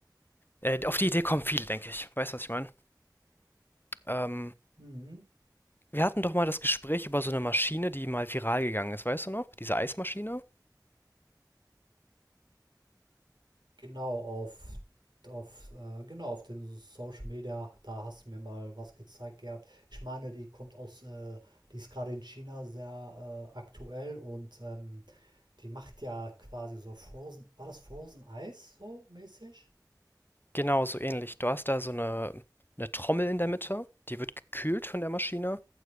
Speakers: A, on the left (about 30°); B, on the right (about 80°).
A: Äh, auf die Idee kommen viele, denke ich. Weißt du, was ich meine? Ähm,
B: Mhm.
A: wir hatten doch mal das Gespräch über so eine Maschine, die mal viral gegangen ist, weißt du noch? Diese Eismaschine?
B: Genau, auf, auf, äh, genau, auf den Social Media, da hast du mir mal was gezeigt gehabt. Ich meine, die kommt aus, äh, die ist gerade in China sehr äh, aktuell und ähm, die macht ja quasi so Frozen, war das Frozen Eis so mäßig?
A: Genau, so ähnlich. Du hast da so eine eine Trommel in der Mitte, die wird gekühlt von der Maschine